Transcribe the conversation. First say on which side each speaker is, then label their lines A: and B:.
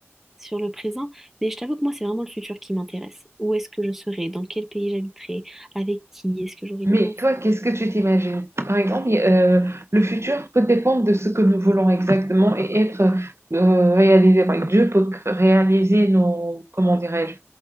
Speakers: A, in the centre; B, on the right (about 65°).
A: sur le présent. Mais je t'avoue que moi, c'est vraiment le futur qui m'intéresse. Où est-ce que je serai? Dans quel pays j'habiterai? Avec qui? Est-ce que j'aurai
B: Mais
A: des enfants?
B: toi, qu'est-ce que tu t'imagines? Par exemple, il- euh, le futur peut dépendre de ce que nous voulons exactement et être euh, réalisé. Par exemple, Dieu peut réaliser nos, comment dirais-je,